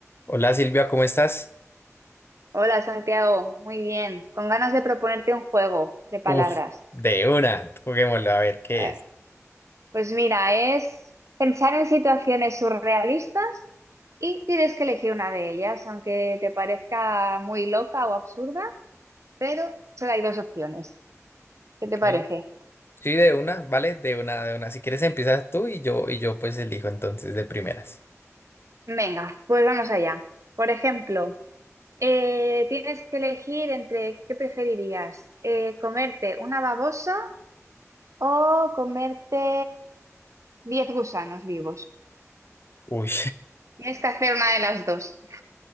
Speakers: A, on the left (about 45°); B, on the right (about 65°).
A: Hola Silvia, ¿cómo estás?
B: Hola Santiago, muy bien. Con ganas de proponerte un juego de palabras.
A: Uf, de una, juguémoslo a ver qué
B: Eh,
A: es.
B: pues mira, es pensar en situaciones surrealistas y tienes que elegir una de ellas, aunque te parezca muy loca o absurda, pero solo hay dos opciones. ¿Qué
A: Ok.
B: te parece?
A: Sí, de una, ¿vale? De una, de una. Si quieres empiezas tú y yo, y yo pues elijo entonces de primeras.
B: Venga, pues vamos allá. Por ejemplo, eh, tienes que elegir entre qué preferirías, Eh, comerte una babosa o comerte 10 gusanos vivos.
A: Uy,
B: Tienes que hacer una de las dos.